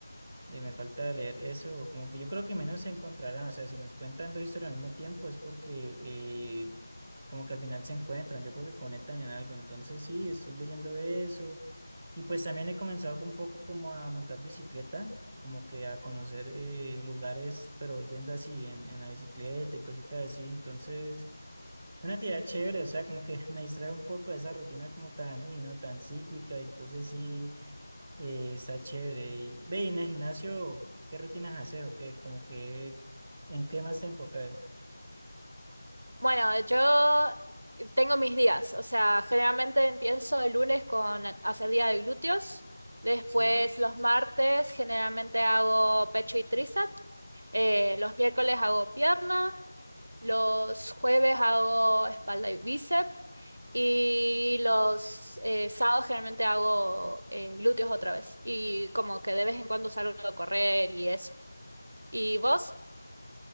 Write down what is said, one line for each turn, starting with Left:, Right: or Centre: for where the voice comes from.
Centre: Eh, me falta leer eso, como que yo creo que menos se encontrarán, o sea, si nos cuentan dos historias al mismo tiempo es porque eh, como que al final se encuentran, yo creo que conectan en algo, entonces sí, estoy leyendo eso y pues también he comenzado un poco como a montar bicicleta, como que a conocer eh, lugares, pero yendo así en, en la bicicleta y cositas así, entonces es una actividad chévere, o sea, como que <laughs> me distrae un poco de esa rutina como tan, uy, no, tan cíclica, entonces sí. Eh, está chévere. Y, ve, y en el gimnasio, ¿qué rutinas haces o qué? Como que, ¿en qué más te enfocas?
Right: Bueno, yo tengo mis días, o sea, generalmente empiezo el lunes con hacer día de glúteos, después
Centre: Sí.
Right: los martes generalmente hago pecho y tríceps, eh, los miércoles hago pierna, los jueves hago espalda y bíceps. Y los eh, sábados generalmente hago eh, glúteos otra vez. Y como que de vez en cuando salgo a correr y eso. ¿Y vos?